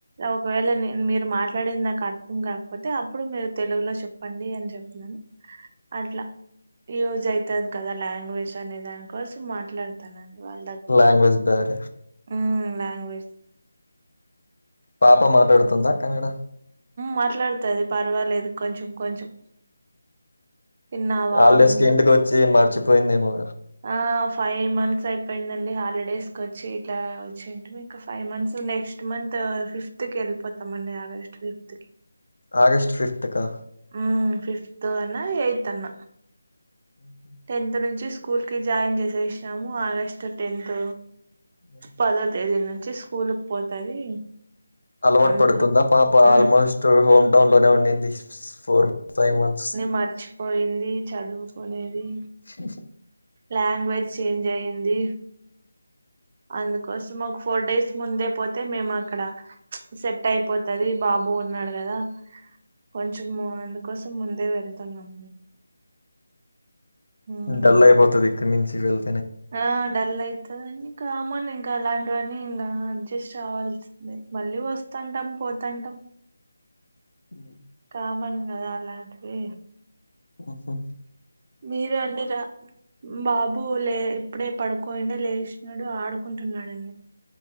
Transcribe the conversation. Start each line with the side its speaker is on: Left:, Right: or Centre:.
Right: ఒకవేళ నేను మీరు మాట్లాడేది నాకు అర్థం కాకపోతే అప్పుడు మీరు తెలుగులో చెప్పండి అని చెప్తున్నాను అట్లా ఈ రోజు అయితది కదా లాంగ్వేజ్ అనే దాని కోసం మాట్లాడుత నని వాళ్ళ
Left: లలాంగ్వేజ్ బేర
Right: ఉహ్ లాంగ్వేజ్
Left: పాప మాట్లాడుతుందా కనడ
Right: మాట్లాడుతుది పర్వాలేదు కొంచెం కొంచెం తిన్నావా
Left: ఆలడె
Right: ఉన్నా
Left: స్కి ఇంటికి వచ్చి మర్చిపోయిందేమో
Right: ఆ ఫైవ్ మంత్స్ అయిపోయిందండి హాలిడేస్ క వచ్చి ఇట్లా వచ్చి అంటే మీ five months next month fifth కి వెళ్ళిపోతామండి ఆగస్ట్ ఫిఫ్త్ కి
Left: ఆగస్ట్ ఫిఫ్త్ కా
Right: ఉహ్ ఫిఫ్త్ అన్న ఎయిత్ అన్న
Left: ఉహ
Right: టెన్త్ నుంచి స్కూల్కి జాయిన్ చేసేసినాము ఆగస్టు టెన్త్
Left: ఆ
Right: పదో తేదీ నుంచి స్కూల్కి పోతది
Left: అలవాటు
Right: అందుకు
Left: పడుతుందా పాప
Right: ఉమ్
Left: ఆల్మోస్ట్ హోమ్ టౌన్ లోనే ఉండింది four months five months
Right: much పోయింది చదువుకునేది
Left: స స
Right: లాంగ్వేజ్ చేంజ్ అయంది అందుకోసం మాకు ఫోర్ డేస్ ముందే పోతే మేము అక్కడ సెట్ అయిపోతుది బాబు ఉన్నాడు కదా కొంచెం అందుకోసం ముందే వెళ్తున్నాం ఉమ్.
Left: డల్ అయిపోతుది ఇక్కడి నుంచి వెళ్
Right: ఆ డల్ అవుతుదీ కామని ఇంకా అలాంటివన్నీ ఇంకా అడ్జస్ట్ కావల్సి మళ్ళీ వస్తుంటాం పోతుంటాం
Left: ఉ
Right: కామన్ కదా అలాంటివి
Left: ఉహు
Right: మీరు అండి రా బాబు లే ఇప్పుడే పడుకోయిండా లేసినాడు ఆడుకుంటున్నాడండి